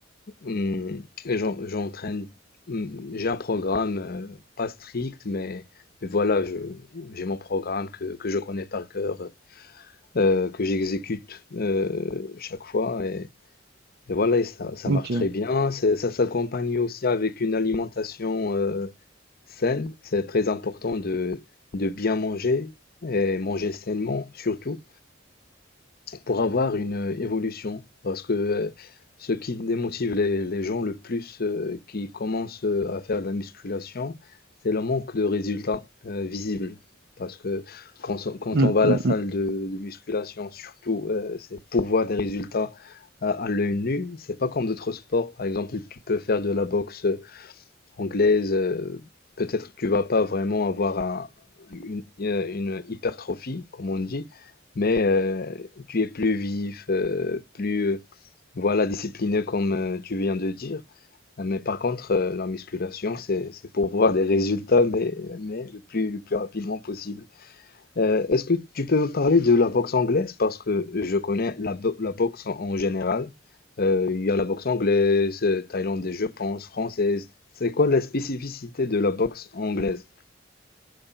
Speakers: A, on the left (about 50°); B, on the right (about 60°).
A: Hum, et j'en- j'entraîne, hum, j'ai un programme euh, pas strict, mais, mais voilà, je, j'ai mon programme que, que je connais par cœur, euh, que j'exécute euh, chaque fois, et, et voilà, et ça, ça
B: Ok.
A: marche très bien. C'est- Ça s'accompagne aussi avec une alimentation euh, saine. C'est très important de, de bien manger et manger sainement, surtout pour avoir une euh, évolution. Parce que euh, ce qui démotive les, les gens le plus euh, qui commencent euh, à faire de la musculation, c'est le manque de résultats euh, visibles. Parce que quand, on quand
B: Hum,
A: on va
B: hum,
A: à la salle
B: hum.
A: de, de musculation, surtout, euh, c'est pour voir des résultats à, à l'œil nu. C'est pas comme d'autres sports. Par exemple, tu peux faire de la boxe anglaise, euh, peut-être que tu vas pas vraiment avoir un- une, euh, une hypertrophie, comme on dit, mais euh, tu es plus vif, euh, plus euh, voilà, discipliné comme euh, tu viens de dire. Euh, Mais par contre, euh, la musculation, c'est, c'est pour voir des résultats, mais, mais le plus, le plus rapidement possible. Euh, est-ce que tu peux me parler de la boxe anglaise? Parce que je connais la, bo- la boxe en, en général. Euh, Il y a la boxe anglaise, euh, thaïlandaise, je pense, française. C'est quoi la spécificité de la boxe anglaise?